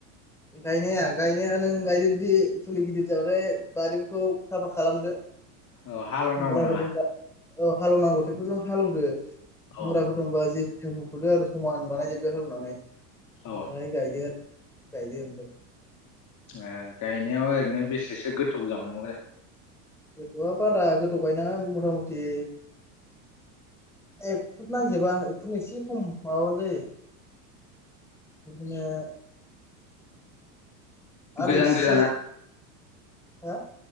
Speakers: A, in the centre; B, on the left.
A: गायनाया गायनाया नों गायदो बिदि फुलि गिदिर जाबाालाय बारिफोरखौ साफा खालामदो।
B: औ हालेवनांगौ
A: मुराफोर
B: नामा?
A: दंबा औ हालेवनांगौ टेक्टर जों हालेवदो
B: औ
A: मुराफोर दंबा जि जोंखुदो आरो समान बानायजोबदो हालेवनानै ओमफ्राय
B: औ ओ
A: गायदो आरो। गायदो ओमफाय।
B: ए गायनायाव ओरैनो बेसेसो गोथौ जावनांगौ?
A: गोथौआ बारा गोथौ गायनाङा मथा मथि एक फुट नांजोबा एक फुट एसे खम माबाबानो जायो । बिदिनो आद
B: गोजान
A: इसेसे
B: गोजाना
A: हा?